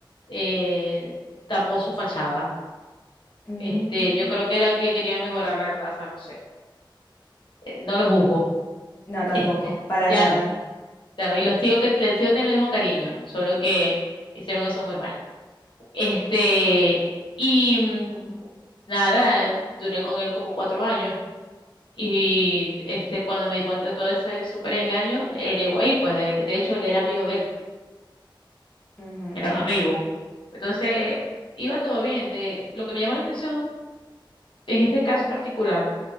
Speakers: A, on the left; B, on the left.
A: eh, tapó su fachada.
B: Mm,
A: Este, yo creo que era que querían mejorar la raza, no sé. Eh, No lo juzgo. <laughs>
B: No, tampoco,
A: Este,
B: para
A: ya
B: nada.
A: no, ya no. Y les sigo, que- les sigo teniendo el mismo cariño, solo que hicieron eso muy mal. Este, y mm, nada, duré con él como cuatro años. Y este, cuando me di cuenta de todo ese súper engaño, él llegó ahí, pues de, de hecho él era amigo de él,
B: Ujú.
A: eran
B: O
A: amigos. Entonces, iba todo bien. De, lo que me llama la atención en este caso particular